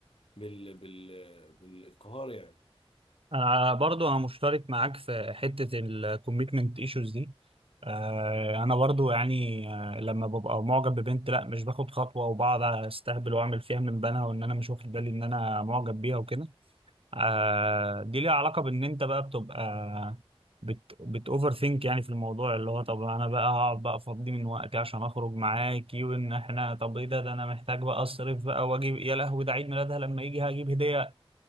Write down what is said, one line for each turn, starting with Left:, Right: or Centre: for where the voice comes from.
Left: بال... بال... بالانقهار يعني
Right: انا برضو انا مشترك معاك في حته الكوميتمنت ايشوز دي آه، انا برضو يعني آه، لما ببقى معجب ببنت لا مش باخد خطوه وبقعد استهبل واعمل فيها من بنها وان انا مش واخد بالي ان انا معجب بيها وكده آه، دي ليها علاقه بان انت بقى بتبقى بت بت اوفر ثينك يعني في الموضوع اللي هو طب انا بقى هقعد بقى افضي من وقتي عشان اخرج معاكي وان احنا طب ايه ده ده انا محتاج بقى اصرف بقى واجيب يا لهوي ده عيد ميلادها لما يجي هجيب هديه